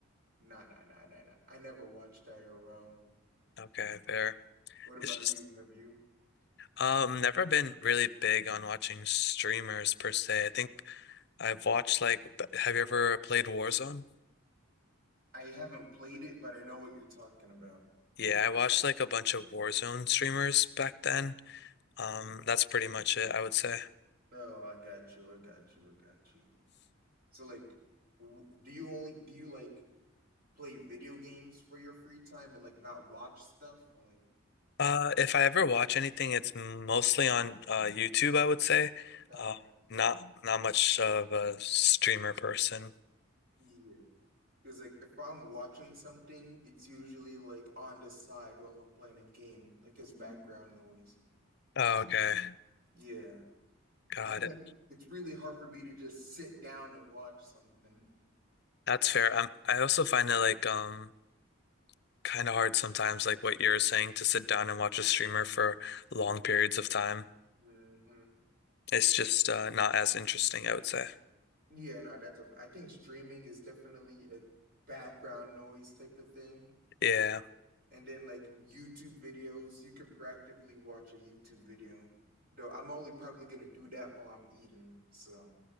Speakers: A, on the right (about 45°); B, on the left (about 50°).
A: Nah, nah, nah, nah, nah. I never watched IRL.
B: Okay, fair.
A: What about
B: It's just
A: you? Have you?
B: Um, never been really big on watching streamers per se. I think I've watched like, b- have you ever played Warzone?
A: I haven't played it, but I know what you're talking about.
B: Yeah, I watched like a bunch of Warzone streamers back then. Um, that's pretty much it, I would say.
A: Oh, I got you. I got you. I got you. So, like, w- do you only do you like play video games for your free time and like not watch stuff? Or, like,
B: Uh, if I ever watch anything, it's mostly on uh YouTube, I would say.
A: oh,
B: Uh,
A: that's-
B: not not much of a streamer person.
A: yeah. Because like if I'm watching something, it's usually like on the side while I'm playing a game, like as background noise. So,
B: Oh, okay,
A: yeah.
B: got
A: I can't.
B: it.
A: It's really hard for me to just sit down and watch something.
B: That's fair. i I also find it like um. kind of hard sometimes, like what you're saying, to sit down and watch a streamer for long periods of time.
A: hmm
B: It's just uh, not as interesting, I would say.
A: yeah, no, that's a. I think streaming is definitely a background noise type of thing.
B: Yeah,
A: And then like YouTube videos, you could practically watch a YouTube video. Though I'm only probably gonna do that while I'm eating. So